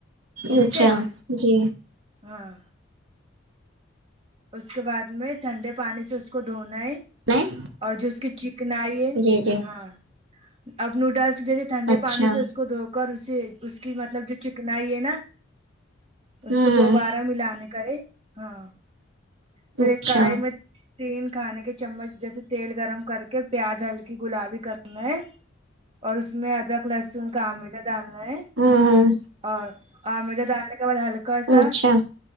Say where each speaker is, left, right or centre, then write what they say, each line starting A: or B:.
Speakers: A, on the right (about 30°); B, on the right (about 70°).
A: ٹھیک
B: اچھا
A: ہے
B: جی
A: ہاں اس کے بعد میں ٹھنڈے پانی سے اس کو دھونا ہے
B: نہیں
A: اور جو اس کی چکنائی ہے
B: جی جی
A: ہاں اب نوڈلس جیسے ٹھنڈے
B: اچھا
A: پانی سے اس کو دھو کر اس اس کی مطلب جو چکنائی ہے نا اس
B: ہوں
A: کو دوبارہ ملانے کا یہ ہاں پھر
B: اچھا
A: ایک کڑھائی میں تین کھانے کے چمچ جیسے تیل گرم کر کے پیاز ہلکی گلابی کرنا ہے اور اس میں ادرک لہسن کا آمیزہ ڈالنا ہے
B: ہوں ہوں
A: اور آمیزہ ڈالنے کے بعد ہلکا سا
B: اچھا